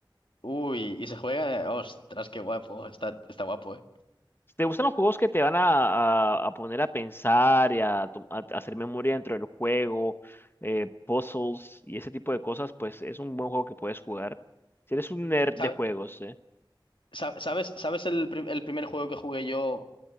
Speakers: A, on the left; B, on the left.
A: Uy, y se juega. Ostras, qué guapo. Está, está guapo, ¿eh?
B: Si te gustan los juegos que te van a, a- a poner a pensar y a, to- a- a hacer memoria dentro del juego, eh, puzzles y ese tipo de cosas, pues es un buen juego que puedes jugar. Si eres un nerd de
A: ¿Sabe-
B: juegos, ¿eh?
A: sa- ¿Sabes, sabes el, prim- el primer juego que jugué yo